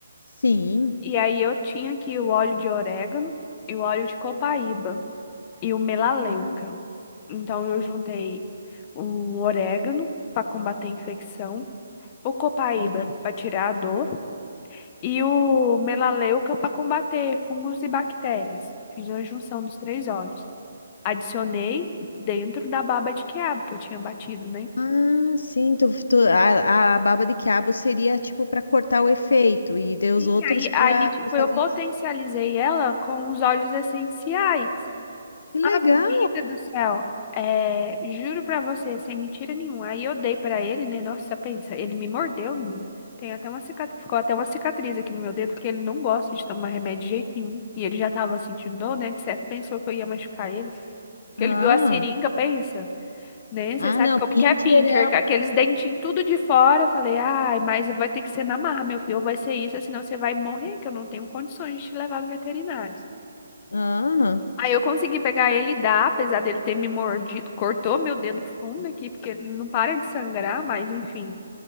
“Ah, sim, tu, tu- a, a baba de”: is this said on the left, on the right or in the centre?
Left